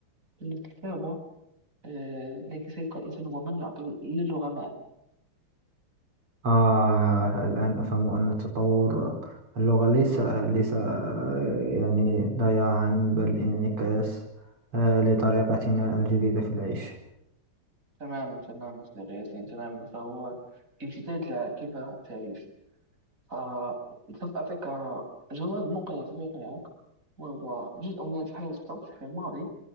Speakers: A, on the right; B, on the right.
A: دون الكتابة آه، لكن سيبقى الإنسان هو من يعطي للغة معنى
B: آه الآن أفهم أن تطور اللغة ليس ليس آه، يعني ضياعا بل انعكاس آه لطريقتنا
A: مم.
B: الجديدة في العيش
A: تماما تماما صديقي ياسين تماما فهو امتداد لكيف تعيش فسوف أعطيك جواب مقنع سوف يقنعك وهو جزء من التحول الصوتي في الماضي